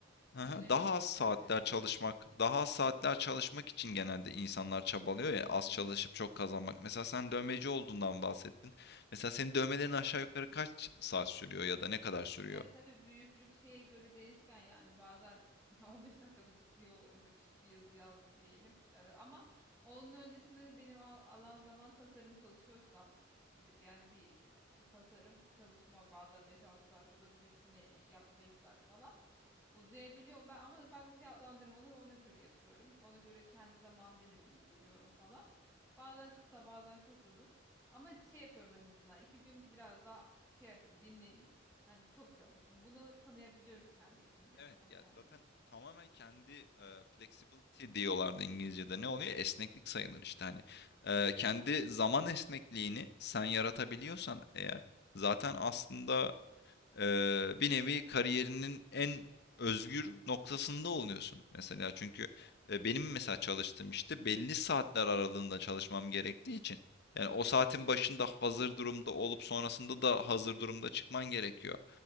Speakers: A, on the left; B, in the centre.
A: Aha,
B: Yönelemiyorum
A: daha az saatler
B: kaç senedir.
A: çalışmak, daha az saatler çalışmak için genelde insanlar çabalıyor ya az
B: Hı hı.
A: çalışıp çok kazanmak. Mesela sen dövmeci olduğundan bahsettin. Mesela senin dövmelerin aşağı yukarı kaç saat sürüyor ya da ne kadar sürüyor?
B: Yani tabii büyüklük şeye göre değişken yani bazen <laughs> 15 dakikada bittiği oluyor. Mesela küçük bir yazı yazdım diyelim. Ee, ama onun öncesinde de benim al- alan zaman tasarım çalışıyorsam gidip yani bir ç- tasarım çalışma bazen 5-6 saat oluyor. Bir de üstüne yap 5 saat falan. Uzayabiliyor ben ama ben fiyatlandırmaları ona göre yapıyorum. Ona göre kendi zaman dilimimi bölüyorum falan. Bazen kısa bazen çok uzun. Ama şey yapıyorum en azından iki gün biraz daha şey yapayım dinleneyim. Hani çok çalıştım. Bunu tanıyabiliyorum kendi işimde
A: Evet
B: en azından
A: ya
B: kendime.
A: zaten tamamen kendi e, flexibility diyorlardı İngilizce'de ne oluyor? Esneklik sayılır işte hani. E,
B: Evet.
A: kendi zaman esnekliğini sen yaratabiliyorsan eğer zaten aslında Eee, bir nevi kariyerinin en özgür noktasında oluyorsun mesela. Çünkü e, benim mesela çalıştığım işte belli saatler aralığında çalışmam gerektiği için yani o saatin başında hazır durumda olup sonrasında da hazır durumda çıkman gerekiyor.